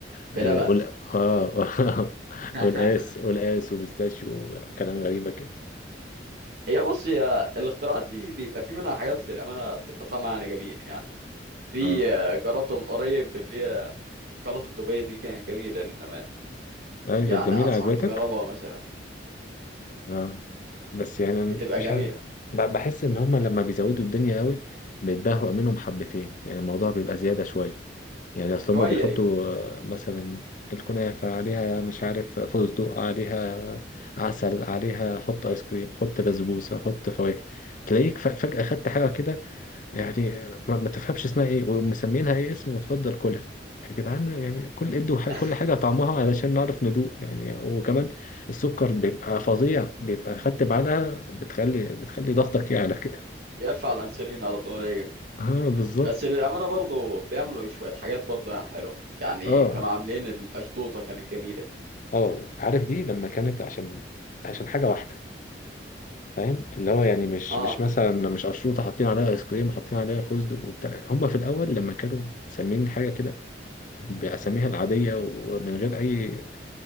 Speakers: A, on the left; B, on the right.
A: آه،
B: بلبن
A: قول اه
B: <laughs>
A: <laughs> قلقاس قلقاس وبيستاشيو كلام غريبه كده
B: هي بص هي الاختراعات دي بيبقى في منها حاجات للامانه بتبقى طعمها يعني جميل يعني في
A: اه
B: آه، جربته من قريب اللي هي شوكولاته دبي دي كانت جميله للامانه
A: ايوه
B: يعني
A: جميله
B: انصحك
A: عجبتك
B: تجربها مثلا
A: اه بس يعني أنا
B: بتبقى
A: مش
B: جميله
A: عارف ب- بحس ان هما لما بيزودوا الدنيا قوي بيتبهوا منهم حبتين يعني الموضوع بيبقى زيادة شوية يعني اصل
B: شويه
A: هما بيحطوا
B: ايوه
A: آه، مثلا الكنافة عليها مش عارف فستق عليها عسل عليها حط ايس كريم حط بسبوسة حط فواكه تلاقيك ف- فجأة خدت حاجة كده يعني ما, ما تفهمش اسمها ايه ومسمينها ايه اسم وتفضل كلها يا جدعان يعني كل ادوا ح- كل
B: <laughs>
A: حاجه طعمها علشان نعرف ندوق يعني وكمان السكر بيبقى فظيع بيبقى خدت بعلقه بتخلي بتخلي ضغطك يعلى كده
B: يرفع الانسولين على طول ايوه
A: <laughs> اه بالظبط
B: بس للامانه برضه بيعملوا شويه حاجات برضه يعني حلوه يعني
A: اه
B: كانوا عاملين القشطوطه كانت جميله
A: اه عارف دي لما كانت عشان عشان حاجه واحده فاهم اللي هو يعني مش
B: اه
A: مش مثلا مش اشروطه حاطين عليها ايس كريم حاطين عليها فستق وبتاع هم في الاول لما كانوا مسمين الحاجه كده بأساميها العادية ومن غير أي